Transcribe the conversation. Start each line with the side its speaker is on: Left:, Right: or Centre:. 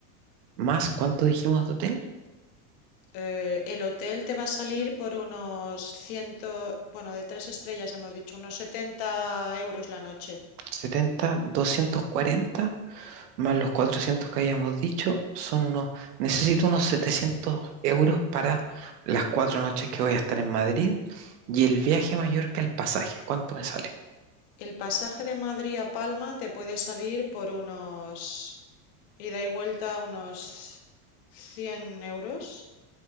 Right: más, ¿cuánto dijimos de hotel?
Left: Eh, el hotel te va a salir por unos 100, bueno, de tres estrellas hemos dicho, unos 70 euros la noche.
Right: 70, 240, más los 400 que habíamos dicho, son unos, necesito unos 700 euros para las cuatro noches que voy a estar en Madrid y el viaje a Mallorca, el pasaje, ¿cuánto me sale?
Left: El pasaje de Madrid a Palma te puede salir por unos Ida y vuelta unos 100 euros.